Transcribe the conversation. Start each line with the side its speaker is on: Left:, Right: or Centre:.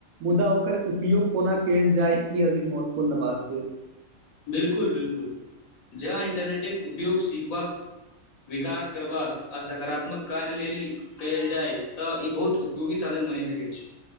Right: मुदा ओकर उपयोग कोना कयल जाय ई अधिक महत्वपूर्ण बात छै
Left: बिलकुल बिलकुल जं इंटरनेटके उपयोग सीखबाक विकास करबाक आ सकारात्मक कार्य लेल कयल जाय तऽ ई बहुत उपयोगी साबि मनी सकै छी